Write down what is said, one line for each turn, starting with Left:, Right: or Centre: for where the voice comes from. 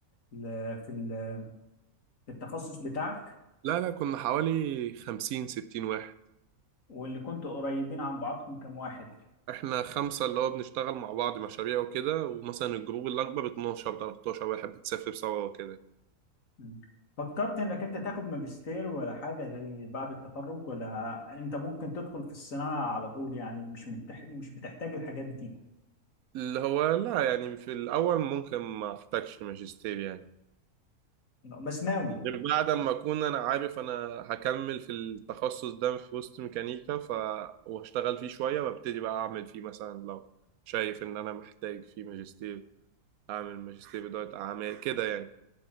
Left: ال- في ال- في التخصص بتاعك
Right: لا لا كنا حوالي 50 60 واحد
Left: واللي كنتوا قريبين عن بعضكم كم واحد
Right: احنا خمسة اللي هو بنشتغل مع بعض مشاريع وكده ومثلا الجروب الأكبر 12 13 واحد بتسافر سوا وكده
Left: م. فكرت انك انت تاخد ماجستير ولا حاجة زي بعد التخرج ولا انت ممكن تدخل في الصناعة على طول يعني مش متح... مش بتحتاج الحاجات دي
Right: اللي هو لا يعني في الأول ممكن ما أحتاجش ماجستير يعني
Left: بس ناوي
Right: غير بعد ما أكون أنا عارف أنا هكمل في التخصص ده في وسط ميكانيكا ف وأشتغل فيه شوية وأبتدي بقى أعمل فيه مثلا لو شايف إن أنا محتاج فيه ماجستير أعمل ماجستير إدارة أعمال كده يعني